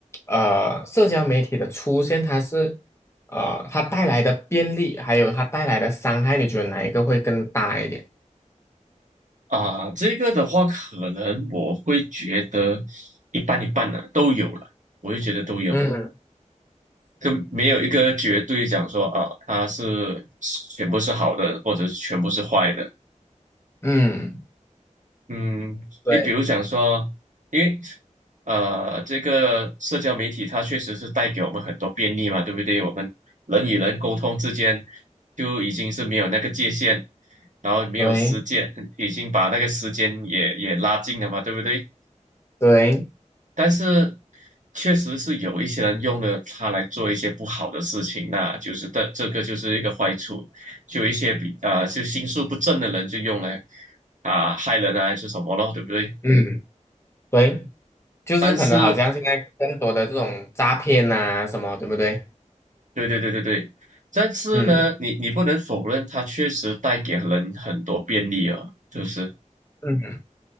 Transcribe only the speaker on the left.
呃社交媒体的出现，它是呃它带来的便利，还有它带来的伤害，你觉得哪一个会更大一点？
嗯。
嗯，
对，
对
对。
嗯，对，就是可能好像现在更多的这种诈骗啊什么，
对不对？
嗯
嗯，